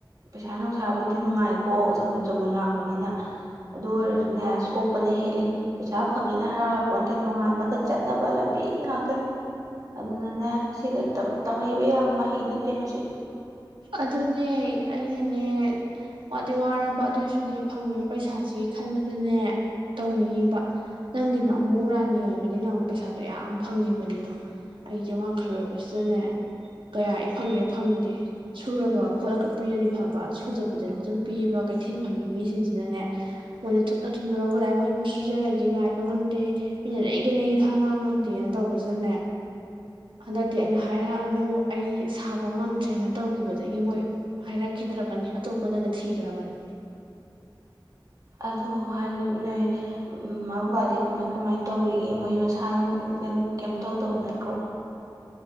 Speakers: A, on the right; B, on the right.
A: ꯄꯩꯁꯥ ꯅꯨꯡꯁꯥꯕꯨꯗꯤ ꯅꯨꯡꯉꯥꯏꯀꯣ ꯆꯕꯨꯟ ꯆꯕꯨꯟ ꯂꯥꯛꯄꯅꯤꯅ ꯑꯗꯨ ꯑꯣꯏꯔꯁꯨꯅꯦ ꯁꯣꯛꯄꯅ ꯍꯦꯜꯂꯤ ꯄꯩꯁꯥ ꯐꯪꯉꯦꯅ ꯍꯔꯥꯎ ꯌꯥꯔꯄꯣ ꯅꯠꯇ ꯅꯣꯡꯉꯥꯟꯕꯒ ꯆꯠꯅꯕ ꯂꯝꯕꯤ ꯉꯥꯛꯇꯅꯦ ꯑꯗꯨꯅꯅꯦ ꯁꯤꯒ ꯇꯝꯍꯩꯕ ꯌꯥꯕ ꯃꯍꯩ ꯅꯠꯇꯦ ꯃꯁꯤ
B: ꯑꯗꯨꯅꯦ ꯑꯩꯅꯅꯦ ꯋꯥꯗꯤ ꯋꯥꯔꯕ ꯑꯗꯨꯏꯁꯨꯅꯦ ꯐꯪꯉꯤꯕ ꯄꯩꯁꯥꯁꯤ ꯈꯟꯕꯗꯅꯦ ꯇꯧꯅꯤꯡꯉꯤꯕ ꯅꯪꯒꯤꯅꯣ ꯑꯃꯨ ꯔꯥꯅꯤ ꯑꯣꯏꯕꯅꯤꯃꯨꯛ ꯄꯩꯁꯥꯗꯣ ꯌꯥꯝ ꯐꯪꯉꯦꯕꯅꯤꯗꯣ ꯑꯩꯁꯦ ꯋꯥꯡꯈꯠꯂꯨꯔꯕꯕꯁꯤꯗꯅꯦ ꯀꯌꯥ ꯏ ꯐꯪꯉꯦ ꯐꯪꯗꯦ ꯁꯨꯔꯒ ꯈꯣꯠꯂꯒ ꯄꯤꯔꯗꯤ ꯐꯕ ꯁꯨꯗꯕꯤꯗꯅ ꯑꯗꯨꯝ ꯄꯤꯑꯕ ꯀꯩꯊꯦꯜ ꯐꯝꯕꯤ ꯃꯤꯁꯤꯡꯁꯤꯅꯅꯦ ꯃꯣꯏꯅ ꯊꯨꯅ ꯊꯨꯅ ꯂꯧꯕ ꯂꯥꯏ ꯃꯣꯏ ꯑꯗꯨꯝ ꯁꯨꯖꯔꯒꯦ ꯉꯥꯏꯄ ꯉꯝꯗꯦ ꯃꯤꯅ ꯂꯩꯒꯦ ꯂꯩꯒꯦ ꯈꯥꯡꯅꯥꯡ ꯉꯝꯗꯦꯅ ꯇꯧꯕꯁꯤꯗꯅꯦ ꯍꯟꯗꯛꯇꯤ ꯑꯩꯅ ꯍꯥꯏꯔꯛꯑꯅꯨ ꯑꯩ ꯁꯥꯕ ꯉꯝꯗ꯭ꯔꯦꯅ ꯈꯤꯕꯖꯥꯏ ꯃꯣꯏ ꯍꯥꯏꯔꯛꯈꯤꯗ꯭ꯔꯕꯅꯤ ꯑꯇꯣꯞꯄꯗꯒ ꯊꯤꯈ꯭ꯔꯕꯅꯤ
A: ꯑꯗꯣ ꯍꯅ ꯅꯣꯏ ꯃꯃꯥ ꯕꯕꯥꯗꯤ ꯀꯃꯥꯏ ꯀꯃꯥꯏꯅ ꯇꯧꯔꯤꯒꯦ ꯃꯣꯏ ꯃꯁꯥꯅ ꯀꯩꯏꯝ ꯇꯧꯗꯕ ꯅꯠꯇ꯭ꯔꯣ